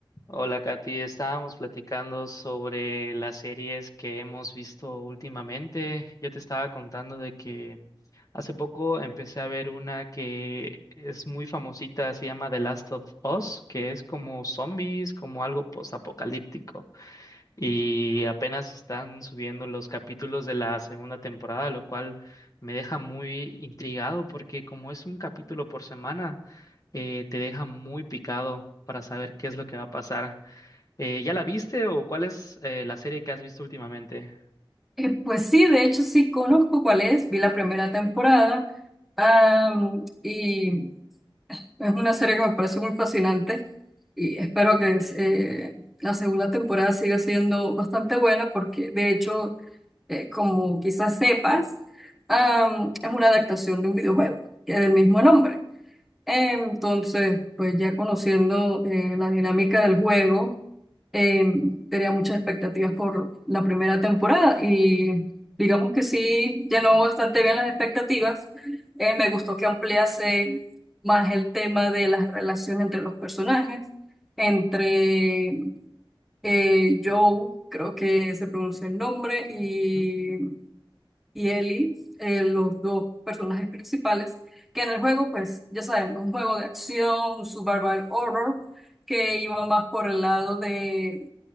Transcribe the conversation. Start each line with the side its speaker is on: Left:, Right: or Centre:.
Left: Hola, Katy. Estábamos platicando sobre las series que hemos visto últimamente. Yo te estaba contando de que hace poco empecé a ver una que es muy famosita, se llama The Last of Us, que es como zombies, como algo postapocalíptico. Y apenas están subiendo los capítulos de la segunda temporada, lo cual me deja muy intrigado porque como es un capítulo por semana, eh, te deja muy picado para saber qué es lo que va a pasar. Eh, ¿ya la viste o cuál es eh, la serie que has visto últimamente?
Centre: Eh, pues sí, de hecho sí conozco cuál es, vi la primera temporada am, y es una serie que me parece muy fascinante y espero que eh, la segunda temporada siga siendo bastante buena porque de hecho, eh, como quizás sepas, am, es una adaptación de un videojuego que es del mismo nombre. Entonces, pues ya conociendo eh, la dinámica del juego, eh, tenía muchas expectativas por la primera temporada y digamos que sí llenó bastante bien las expectativas. Eh, me gustó que ampliase más el tema de la relación entre los personajes, entre eh, Joe, creo que se pronuncia el nombre, y
Left: Ujú,
Centre: y Ellie, eh, los dos personajes principales, que en el juego, pues ya sabemos, un juego de acción, un survival horror, que iba más por el lado de